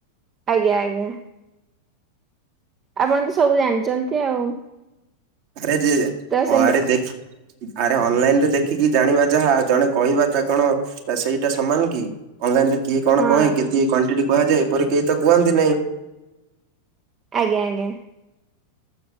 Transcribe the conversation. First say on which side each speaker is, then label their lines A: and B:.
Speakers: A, on the right; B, on the right.
A: ଆଜ୍ଞା ଆଜ୍ଞା। ଆପଣ ତ ସବୁ ଜାଣିଛନ୍ତି ଆଉ।
B: ଆରେ ଯେ
A: ତ
B: ଓ
A: ସେମିତି
B: ଆରେ ଦେଖି ଆରେ ଅନଲାଇନ ରେ ଦେଖିକି ଜାଣିବା ଯାହା ଜଣେ କହିବା ତା କଣ ସେଇଟା ସମାନ କି? ଅନଲାଇନ ରେ କିଏ କଣ
A: ହଁ
B: କହେ କେଏ କ୍ଵଣ୍ଟି କୁହାଯାଏ ଏପରି କେହି ତ କୁହନ୍ତି ନାହିଁ।
A: ଆଜ୍ଞା ଆଜ୍ଞା।